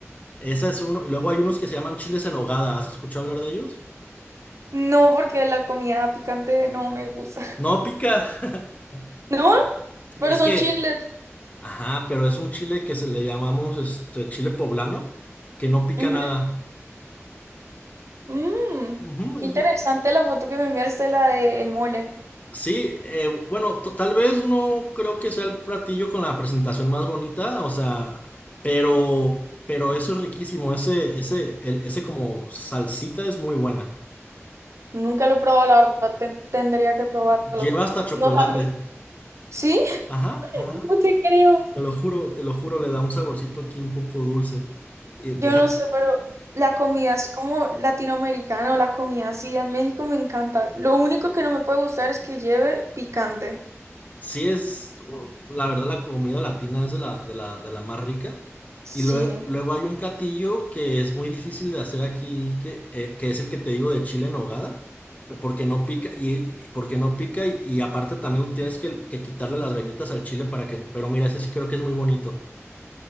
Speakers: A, on the left (about 30°); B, on the right (about 75°).
A: Ese es uno. Y luego hay unos que se llaman chiles en nogada. ¿Has escuchado hablar de ellos?
B: No, porque la comida picante no me gusta. <laughs>
A: No pica. <laughs>
B: No,
A: Es
B: pero son
A: que
B: chiles.
A: Ajá, pero es un chile que se le llamamos este chile poblano, que no pica
B: Ujú.
A: nada.
B: Mm,
A: Ujú,
B: qué
A: es
B: interesante
A: muy-
B: la foto que me enviaste, la del mole.
A: Sí, eh, bueno, to- tal vez no creo que sea el platillo con la presentación más bonita, o sea, pero, pero eso es riquísimo, ese, ese, el- ese como salsita es muy buena.
B: Nunca lo he probado, la verdad, ten- tendría que probarlos.
A: Lleva hasta chocolate.
B: No sabía. ¿Sí? <laughs>
A: Ajá, ajá.
B: No te creo.
A: Te lo juro, te lo juro, le da un saborcito aquí un poco dulce. Y déjate.
B: Yo no sé, pero la comida así como latinoamericana o la comida así de México me encanta. Lo único que no me puede gustar es que lleve picante.
A: Sí es, uh, la verdad, la comida latina es de la, de la, de la más rica.
B: Sí.
A: Y lue- luego hay un platillo que es muy difícil de hacer aquí, que, eh, que es el que te digo de chile en nogada, porque no pica, y, y- porque no pica, y, y aparte también tienes que, que quitarle las venitas al chile para que, pero mira, ese sí creo que es muy bonito.